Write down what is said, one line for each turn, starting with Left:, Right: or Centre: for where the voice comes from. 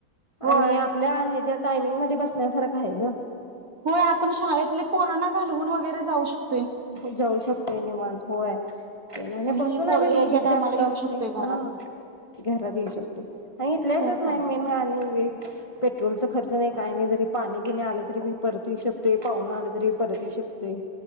Right: होय
Left: आणि आपल्या आहेत त्या टाइमिंग मधे बसण्यासारखं हाय ग.
Right: होय आपण शाळेतले पोरांना घालवुन वगैरे जाऊ शक
Left: जाऊ शकतोय निवांत होय. ते आणि बसून
Right: ही पोरं
Left: आम्ही दोघीचं
Right: यायच्या टायमाला
Left: जास्त
Right: येऊ
Left: असतोय
Right: शकतोय घरात
Left: हा घरात येऊ शकतोय आणि इथल्या इथचं
Right: तर काय
Left: आहे मेन म्ह आणि वेळ पेट्रोलचा खर्च नाही, काय नाही, जरी पाणी बिणी आलं तरी बी परत येऊ शकतोय पाहूणं आलं तरी परत येऊ शकतोय.